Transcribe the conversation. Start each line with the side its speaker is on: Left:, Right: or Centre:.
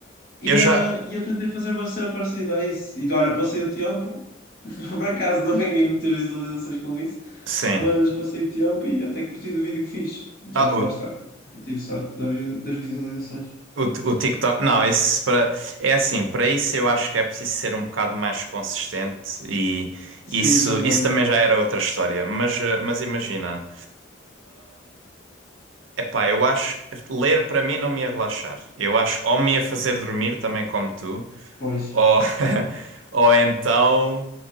Left: E,
Right: eu já.
Left: eh, e eu tentei fazer uma cena parecida a isso. E olha, passei o tempo, <laughs> por acaso não ganhei muitas visualizações com isso,
Right: Sim.
Left: mas passei o tempo e até curti do vídeo que fiz. Só
Right: Ah,
Left: que
Right: o,
Left: lá está, tive sorte da vi- das visualizações.
Right: o, o TikTok. Não, isso para. É assim, para isso eu acho que é preciso ser um bocado mais consistente e
Left: Sim,
Right: isso,
Left: também,
Right: isso também já era outra história. Mas, eh, mas imagina. Epá, eu acho que ler para mim não me ia relaxar. Eu acho que ou me ia fazer dormir também como tu,
Left: pois.
Right: Ou, <laughs> ou então,